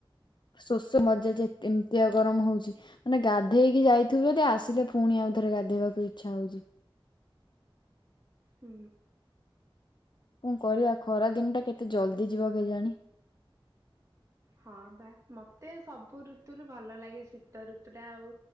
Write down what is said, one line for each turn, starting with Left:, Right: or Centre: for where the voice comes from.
Left: ଶୋଷ ମରି ଯାଉଛି ଏମିତିଆ ଗରମ ହଉଛି ମାନେ ଗାଧେଇକି ଯାଇଥିବେ ଯଦି ଆସିଲେ ପୁଣି ଆ ଆଉ ଥରେ ଗାଧେଇବାକୁ ଇଚ୍ଛା ହଉଛି।
Right: ହୁଁ।
Left: କଣ କରିବା ଖରା ଦିନ ଟା କେତେ ଜଲଦି ଯିବ କେ ଜାଣି?
Right: ହଁ ବା ମତେ ସବୁ ଋତୁରୁ ଭଲ ଲାଗେ ଶୀତ ଋତୁ ଟା ଆଉ